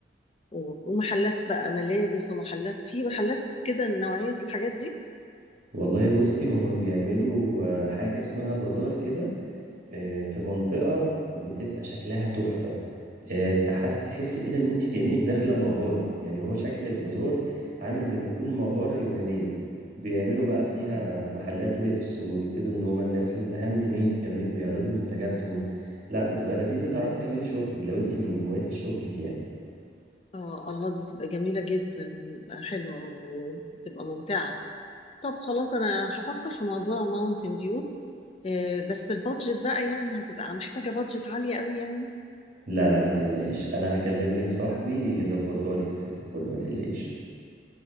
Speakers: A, on the left; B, on the right.
A: و... ومحلات بقى ملابس ومحلات في محلات كده نوعية الحاجات دي
B: والله بصي هما بيعملوا آه، حاجة اسمها بازار كده آه، في منطقة بتبقى شكلها تحفة آه، تحس تحسي كده ان انت كأنك داخلة مغارة يعني هو شكل البازار عامل زي ما يكون مغارة يونانية بيعملوا بقى فيها
A: مم.
B: محلات لبس وبيبتدوا ان هما الناس الهاند ميد كمان بيعرضوا منتجاتهم لا بتبقى لذيذة تعرفي تعملي شوبينج لو انت من هواة الشوبينج يعني
A: اه الله دي تبقى جميلة جدا حلوة وتبقى ممتعة طب خلاص انا هفكر في موضوع ماونتن فيو بس البادجت بقى يعني هتبقى محتاجة بادجت عالية قوي يعني
B: لا لا ما تقلقيش انا هكلم لك صاحبي يظبطها لك يا ست الكل ما تقلقيش